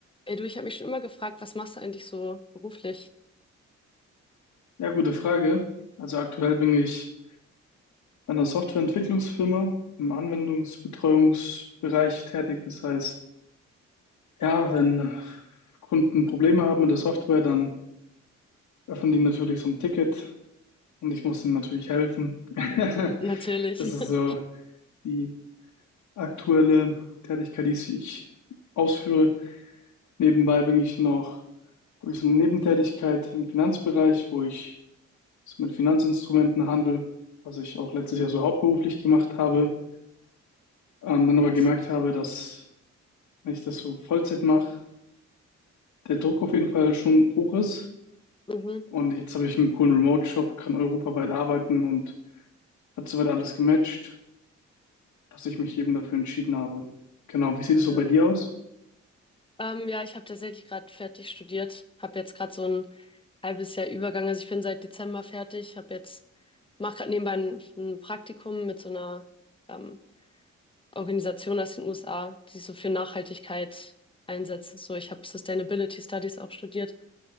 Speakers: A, on the left (about 15°); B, on the left (about 80°).
A: Ey, du, ich habe mich schon immer gefragt, was machst du eigentlich so beruflich?
B: Ja, gute Frage. Also aktuell bin ich bei einer Softwareentwicklungsfirma im Anwendungsbetreuungsbereich tätig. Das heißt, ja, wenn Kunden Probleme haben mit der Software, dann öffnen die natürlich so ein Ticket und ich muss ihnen natürlich helfen. <laughs>
A: <laughs> Natürlich.
B: Das ist
A: <laughs>
B: so die aktuelle Tätigkeit, die ich ausführe. Nebenbei bin ich noch, habe ich so eine Nebentätigkeit im Finanzbereich, wo ich so mit Finanzinstrumentenhandel, was ich auch letztes Jahr so hauptberuflich gemacht habe. Ähm, dann aber
A: Was?
B: gemerkt habe, dass, wenn ich das so Vollzeit mache, der Druck auf jeden Fall schon hoch ist.
A: Mhm,
B: Und jetzt habe ich einen coolen Remote-Job, kann europaweit arbeiten und hat soweit alles gematcht, dass ich mich eben dafür entschieden habe. Genau, wie sieht es so
A: ja.
B: bei dir aus?
A: Ähm, ja, ich habe tatsächlich gerade fertig studiert, habe jetzt gerade so ein halbes Jahr Übergang. Also ich bin seit Dezember fertig, habe jetzt mache gerade nebenbei ein, ein Praktikum mit so einer ähm, Organisation aus den USA, die so für Nachhaltigkeit einsetzt. So, ich habe Sustainability Studies auch studiert